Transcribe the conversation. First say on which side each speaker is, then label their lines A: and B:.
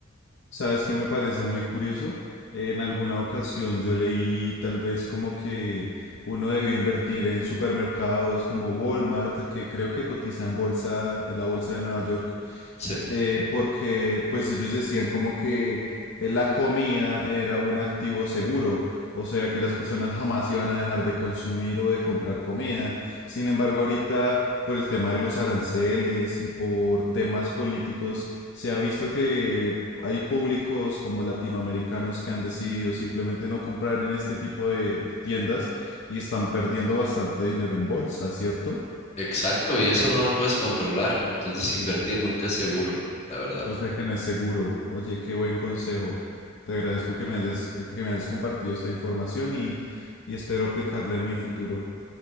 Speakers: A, on the left; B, on the left.
A: ¿Sabes qué me parece muy curioso? En alguna ocasión yo leí tal vez como que uno debía invertir en supermercados como Walmart, que creo que cotiza en bolsa, en la bolsa de Nueva York
B: Sí,
A: eh, porque pues ellos decían como que eh, la comida era un activo seguro, o sea que las personas jamás iban a dejar de consumir o de comprar comida. Sin embargo, ahorita por el tema de los aranceles y por temas políticos, se ha visto que hay públicos como latinoamericanos que han decidido simplemente no comprar en este tipo de de tiendas y están perdiendo bastante dinero en bolsa, ¿cierto?
B: exacto. Y eso no lo puedes controlar. Entonces invertir nunca es seguro, la verdad.
A: O sea que no es seguro. Oye, qué buen consejo. Te agradezco que me hayas, que me hayas compartido esta información y, y espero aplicarla en mi futuro.